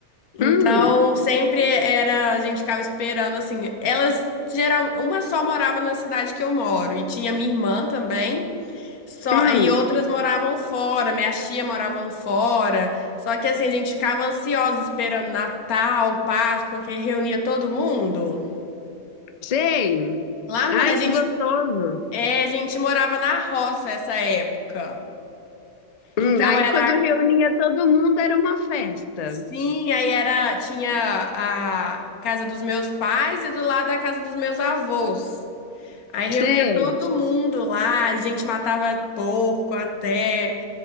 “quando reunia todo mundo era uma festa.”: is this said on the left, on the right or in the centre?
Left